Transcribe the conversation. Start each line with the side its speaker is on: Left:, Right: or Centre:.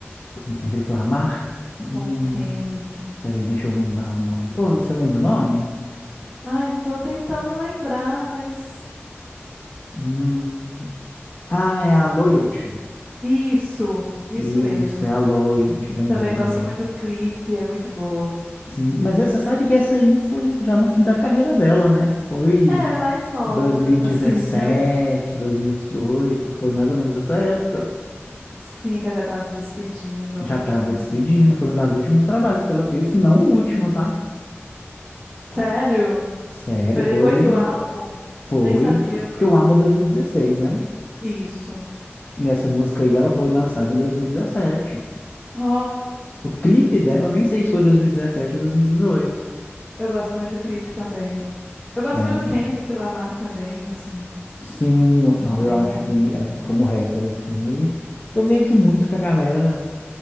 Left: Com Kendrick Lamar? Hum,
Centre: Com o Kendrick.
Left: peraí, deixa eu lembrar o nome. Qual- Você lembra o nome?
Centre: Ai, tô tentando lembrar, mas.
Left: Hum, ah, é a Loyalty.
Centre: Isso, isso
Left: Isso,
Centre: mesmo.
Left: é a Loyalty, lembrei
Centre: Também
Left: também.
Centre: gosto muito do clipe, é muito boa.
Left: Sim, mas você sabe que essa aí foi já no fim da carreira dela, né? Foi
Centre: É, é mais nova,
Left: 2017,
Centre: <laughs> assim, né?
Left: 2018, foi mais ou menos essa época.
Centre: Sim, que ela já tava se despedindo. ah.
Left: Já estava despedindo, foi um dos últimos trabalhos que ela fez, se não o último, tá?
Centre: Sério?
Left: Sério,
Centre: Foi depois
Left: foi,
Centre: do álbum?
Left: foi,
Centre: Nem sabia.
Left: porque o ABBA é 2016, né?
Centre: Isso.
Left: E essa música aí, ela foi lançada em 2017.
Centre: Ó,
Left: O clipe dela, eu nem sei se foi 2017 ou 2018.
Centre: eu gosto muito do clipe também. Eu gosto
Left: É,
Centre: muito do Kendrick Lamar também, assim.
Left: sim, eu- não,
Centre: Acho bem
Left: eu acho
Centre: bom.
Left: que é, como rapper, assim, ele, eu vejo muito que a galera